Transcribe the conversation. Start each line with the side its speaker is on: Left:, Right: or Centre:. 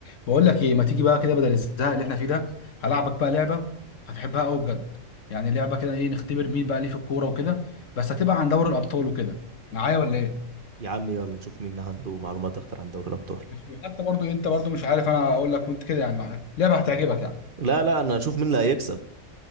Left: بقول لك ايه ما تيجي بقى كده بدل الزهق اللي احنا فيه ده هلعبك بقى لعبه هتحبها قوي بجد يعني لعبه كده ايه نختبر مين بقى ليه في الكوره وكده بس هتبقى عن دوري الابطال وكده معايا ولا ايه
Right: يا عم يلا نشوف مين عنده معلومات اكتر عن دوري الابطال
Left: ماشي. حتى برضو انت برضو مش عارف انا اقول لك وانت كده يعني معايا لعبه هتعجبك يعني
Right: لا لا انا هشوف مين اللي هيكسب